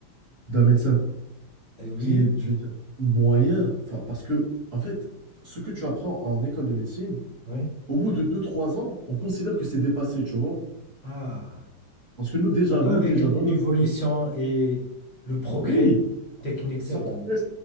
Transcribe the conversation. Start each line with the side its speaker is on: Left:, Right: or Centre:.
Right: d'un médecin
Left: Euh,
Right: Ce
Left: oui.
Right: qui est, je vais dire, moyen, enfin, parce que, en fait, ce que tu apprends en école de médecine,
Left: Oui.
Right: au bout de deux trois ans, on considère que c'est dépassé, tu vois.
Left: Ah,
Right: Parce que nous, déjà,
Left: ça peut
Right: nous,
Left: avec
Right: déjà,
Left: l'évolution
Right: dans notre...
Left: et le progrès
Right: Oui,
Left: technique, c'est
Right: ça
Left: vrai.
Right: progresse,